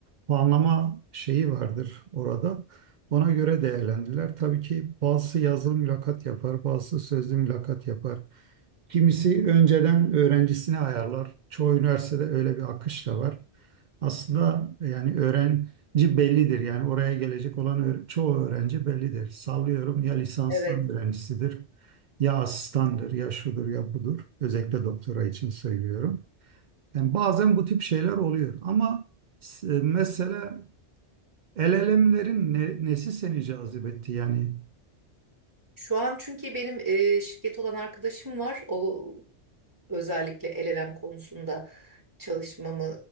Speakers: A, on the right (about 55°); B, on the right (about 15°).
A: puanlama şeyi vardır orada. Ona göre değerlendiler. Tabii ki bazısı yazılı mülakat yapar, bazısı sözlü mülakat yapar. Kimisi önceden öğrencisini ayarlar. Çoğu üniversitede öyle bir akış da var. Aslında yani öğrenci bellidir. Yani oraya gelecek olan öğ- çoğu öğrenci bellidir. Sallıyorum ya lisanstan
B: Evet.
A: öğrencisidir ya asistandır, ya şudur, ya budur. Özellikle doktora için söylüyorum. Yani bazen bu tip şeyler oluyor ama s- mesela LLM'lerin ne- nesi seni cazip etti yani?
B: Şu an çünkü benim e, şirket olan arkadaşım var. O özellikle LLM konusunda çalışmamı